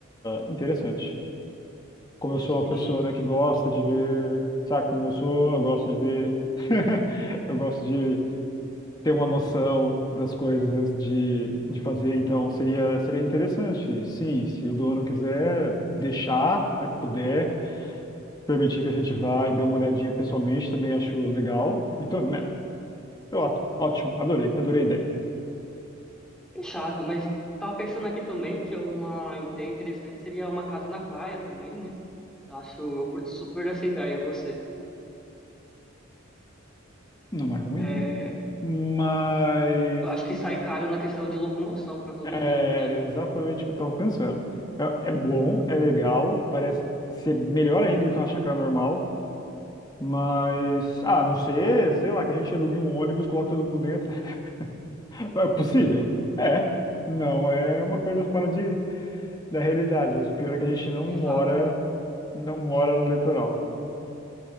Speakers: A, on the left (about 20°); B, in the centre.
A: interessante. Como eu sou uma
B: Sim,
A: pessoa, né, que gosta de ver, sabe como eu sou, eu gosto de ver, <laughs> eu gosto de ter uma noção das coisas antes de, de fazer, então seria, seria interessante, sim, se o dono quiser deixar, né, puder, permitir que a gente vá e dê uma olhadinha pessoalmente, também acho legal. Então, né, eu, ótimo, adorei, adorei a ideia.
B: fechado. Mas eu tava pensando aqui também que uma ideia interessante seria uma casa na praia também, né? Eu acho, eu curto super essa ideia, você.
A: Não é ruim,
B: É,
A: mas
B: eu acho que sai caro na questão de locomoção pra todo
A: É,
B: mundo, né?
A: era exatamente o que eu tava pensando. É, é bom, é legal, parece ser melhor ainda do que uma chácara normal, mas, ah, a não ser, sei lá, que a gente alugue um ônibus, coloque todo mundo dentro. <laughs> É possível? É. Não, é uma coisa fora de, da realidade, mas o pior é que a gente não mora,
B: Exato.
A: não mora no litoral.